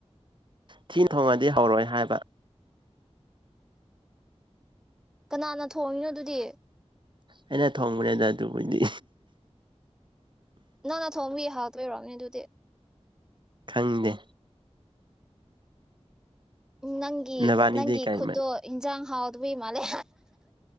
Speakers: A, on the right; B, in the centre.
A: ꯊꯤ ꯊꯣꯡꯉꯗꯤ ꯍꯧꯔꯣꯏ ꯍꯥꯏꯕ
B: ꯀꯅꯥꯅ ꯊꯣꯡꯉꯤꯅꯣ ꯑꯗꯨꯗꯤ
A: ꯑꯩꯅ ꯊꯣꯡꯕꯅꯦꯗ ꯑꯗꯨꯕꯨꯗꯤ
B: ꯅꯪꯅꯥ ꯊꯣꯡꯕꯒꯤ ꯍꯥꯎꯇ꯭ꯔꯤ ꯑꯣꯏꯔꯝꯅꯤ ꯑꯗꯨꯗꯤ
A: ꯈꯪꯗꯦ
B: ꯎꯝ ꯅꯪ
A: ꯅꯕꯥꯅꯤꯗꯤ
B: ꯅꯪꯒꯤ
A: ꯀꯔꯤ
B: ꯈꯨꯠꯇꯣ ꯏꯟꯖꯥꯡ ꯍꯥꯎ ꯑꯗꯨꯕꯨꯏ ꯃꯥꯂꯦ